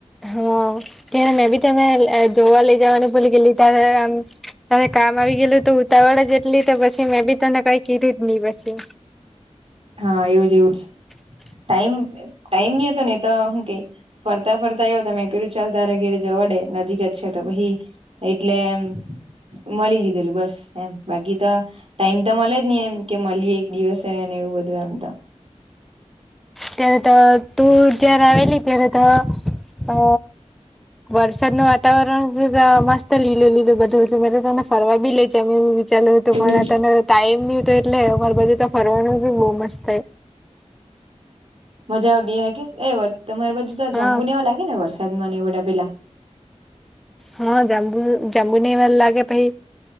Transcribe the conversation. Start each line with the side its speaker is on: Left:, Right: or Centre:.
Centre: હમ, તે મે બી તને જોવા લઈ જવા નું ભૂલી ગેલી ત્યારે. આમ હવે. કામ આવી ગયેલું તો ઉતાવળ જ એટલી તો. પછી મેં બી તને કંઈ કીધું જ નહીં પછી.
Right: હા, એવું જ એવું જ.
Centre: <unintelligible>
Right: ટાઈમ ટાઈમ ની હતો ને, તો હું કે ફરતા ફરતા આવ્યો. મેં કહ્યું, ચાલ, તારે ઘેરે જવાડે. નજીક જ છે, તો ભી એટલે એમ મળી લીધેલું બસ, એમ બાકી તો ટાઈમ તો મળે જ નહીં એમ. કે મળીએ એક દિવસ હે, અને એવું બધું એમ તમે
Centre: ત્યારે તો તું જાયારે આવેલી ત્યારે તો અ વરસાદ નું વાતાવરણ મસ્ત લીલુ લીલુ બધું હતું મેં તો તને ફરવા બી લે જામ એવું વી ચાલું તો
Right: હમ.
Centre: પણ આનો ટાઈમ ની ઉતો એટલે અમારા બાજુ ત ફરવાનું બી બો મસ્ત સે
Right: મજા આવતી અંહે કે એ તમારે બાજુ તો
Centre: હા
Right: જાંબુ ને એવા લાગે ને વર્ષ સાદમાને એ બધા પેલા
Centre: હા જાંબુ જાંબુ નેવા લાગે પહી